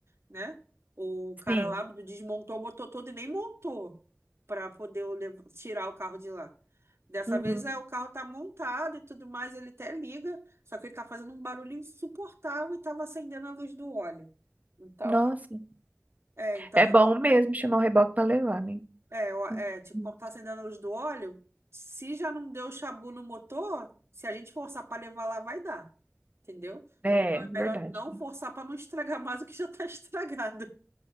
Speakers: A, on the right (about 55°); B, on the right (about 30°).
A: né? O cara
B: sim.
A: lá desmontou o motor todo e nem montou para poder o lev- tirar o carro de lá. Dessa
B: Uhum.
A: vez é, o carro tá montado e tudo mais, ele até liga, só que ele tá fazendo um barulho insuportável e tava acendendo a luz do óleo. Então,
B: Nossa.
A: é, então
B: É
A: eu,
B: bom mesmo chamar o reboque pra levar, né?
A: é, eu- é,
B: Uhum.
A: tipo, quando tá acendendo a luz do óleo, se já não deu chabu no motor, se a gente forçar para levar lá, vai dar, entendeu?
B: É,
A: Então é melhor
B: verdade.
A: não forçar para não estragar <laughs> mais o que já tá estragado.